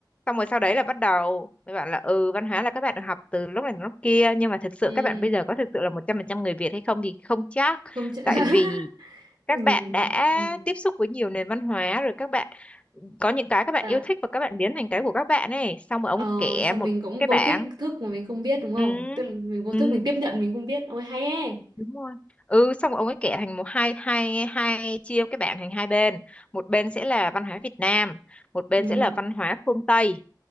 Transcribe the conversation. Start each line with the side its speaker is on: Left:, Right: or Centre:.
Left: Xong rồi sau đấy là bắt đầu Mới bảo là ừ văn hóa là các bạn được học từ lúc này đến lúc kia Nhưng mà thực sự
Right: ừ,
Left: các bạn bây giờ có thực sự là 100% người Việt hay không thì không chắc
Right: không chả...
Left: Tại
Right: <laughs>
Left: vì các
Right: mình
Left: bạn đã
Right: ừ.
Left: tiếp xúc với nhiều nền văn hóa Rồi các bạn có những cái các bạn
Right: Dạ.
Left: yêu thích Và các bạn biến thành cái của các bạn ấy Xong rồi ông
Right: Ờ,
Left: kể
Right: xong
Left: một
Right: mình cũng
Left: cái
Right: vô
Left: bảng
Right: thích thức mà mình không biết đúng không?
Left: Ừ,
Right: Tức là mình vô
Left: ừ
Right: thức mình tiếp nhận mình không biết. Ôi hay ấy.
Left: đúng rồi ừ xong ông ấy kẻ thành một hai hai hai chia cái bảng thành hai bên một bên sẽ là văn hóa Việt Nam một bên
Right: Ừ.
Left: sẽ là văn hóa phương Tây